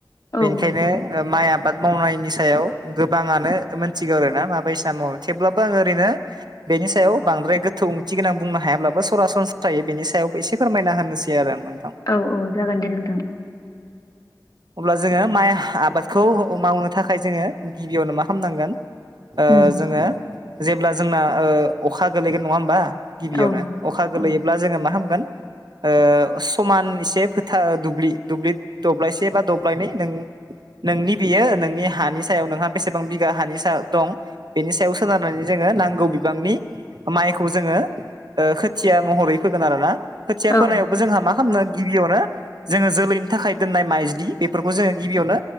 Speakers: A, on the left (about 50°); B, on the right (about 65°).
A: औ
B: बेनिखायनो
A: नंगौ
B: माइ आबाद मावनायनि सायाव गोबांङानो मोनथिगौ आरोना माबायसा। थेवब्लाबो आंङो ओरैनो बेनि सायाव बांद्राय गोथौ ओंथि गोनां बुंनो हायाब्लाबो सरासनस्रायै बेनि सायावबो एसे फोरमायना होनोसै आरो आं नोंथां।
A: औ औ जागोन दे नोंथां।
B: अब्ला जोंङो माइ आबादखौ मावनो थाखाय जोङो गिबियावनो मा खालामनांगोन। ओ
A: उम
B: जोङो जेब्ला जोंना ओ अखा गोलैगोन नङा होमबा। गिबियावनो
A: औ
B: अखा गोलैयोब्ला
A: औ
B: जोङो मा खामगोन। ओ समान एसे फोथार दुब्लि दुब्लि दब्लायसे बा दब्लायनै नों नोंनि बियो नोंनि हानि सायाव नोंहा बेसेबां बिगा हानि सा दं बेनि सायाव सोनारनानै जोःङो नांगौ बिबांनि माइखौ जोङो ओ खोथिया महरै फोगोन आरोना खोथिया
A: औ
B: फोनायावबो जोंहा मा खाम गिबियावनो जोंङो जोलैनि थाखाय दोननाय माइज्लि बेफोरखौ जोङो गिबियावनो